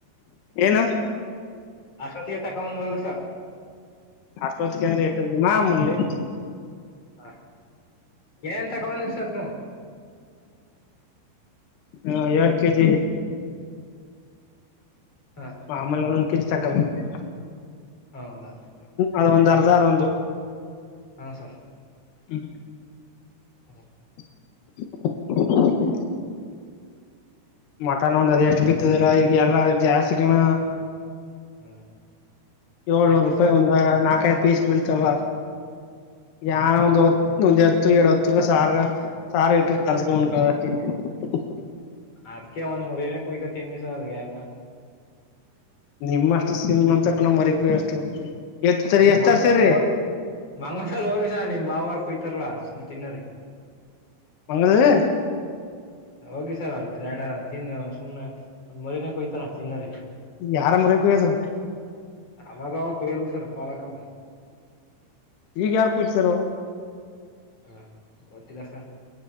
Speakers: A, on the left; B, on the left.
A: ಏನ.
B: ಅಷ್ಟೊತ್ತಿಗೆ ಎತ್ತುಕ ಬಂದಲ್ಲ ಸರ್.
A: ಅಷ್ಟೋತ್ಕಂದ್ರೆ ಎಷ್ಟೊತ್ತಿಗೆ ಮಾಮುಲ್ಲಿ.
B: ಹ ಏನ್ ತಗೋ ಬಂದ್ರಿ ಸರ್ ನೀವು.
A: ಹಾ ಎರಡ್ ಕೆಜಿ.
B: ಹ
A: ಮಾಮೂಲಿ ಒಂದೊಂದು ಕಿವಿ ತಗೊಂಬಂದಿದೆ.
B: ಹೌದಾ.
A: ಅದೊಂದು ಅರ್ಧ ಅದೊಂದು.
B: ಹ ಸರ್.
A: ಹ್ಮ.
B: ಹ್ಮ.
A: <unintelligible> ಮಟನ್ ಒಂದ ಅದು ಎಷ್ಟ್ ಬಿತ್ತದರ ಈಗ ಎಲ್ಲಾ ಜಾಸ್ತಿ ಕಣ.
B: ಹ್ಮ್
A: ಏಳ್ನೂರು
B: ಎಷ್ಟು
A: ರೂಪಾಯಿ
B: ಸರ್
A: ಒಂದ ನಾಕೈದ್ ಪೀಸ್ ಬೀಳ್ತಾವ. ಯನ
B: ಹ
A: ಒಂದು ಹೊತ್ತು ಎರಡ್ ಹೊತ್ತು ಸಾರ್ಗ. ಸಾರ ಇಟ್ ಕಲ್ಸ್ಕೊ ಉಂಕಳದು ಕದ ಅಷ್ಟ.
B: ಅದ್ಕ ಒಂದ್ ಮರಿನ ಕೊಕ ತಿನಿ ಸರ್ ಅದ್ಗೆಕ.
A: ನಿಮ್ಮಷ್ಟು ಶ್ರೀಮಂತನ ಮರಿಕು ಎಷ್ಟು. ಎತ್ ಸರಿ
B: ಹ
A: ಎಷ್ಟ
B: ಮಂಗಳದಲ್ಲಿ
A: ತರ್ಸೀರಿ
B: ಹೋಗಿ ಮಂಗಳದಲ್ಲಿ ಹೋಗಿಸ ನಿಮ್ ಬಾವರ್ ಕುಯ್ತಾರಲ್ಲಾ. ಸುಮ್ಕಿನ್ನೋರಿ.
A: ಮಂಗಲದಲ್ಲಿ.
B: ಹೋಗಿ ಸರ್ ಅಲ್ ಗ್ರಾಣ ತಿನ್ನ ಸುಮ್ನೆ ಒಂದ್ ಮರಿನ ಕೊಯ್ತರ. ತಿನ್ನರಿ
A: ಯಾರ ಮರಿ ಕುಯ್ಯೋದು
B: ಅವಾಗವಾಗ ಕುಯ್ಯಲ್ವ ಸರ್. ಸರ್ ಪಾಲಕಲ್ವ.
A: ಈಗ ಯಾರ್ ಕುಯ್ತಾರ್ ಅವರು.
B: ಹಾ ಗೊತ್ತಿಲ್ಲ ಸರ್.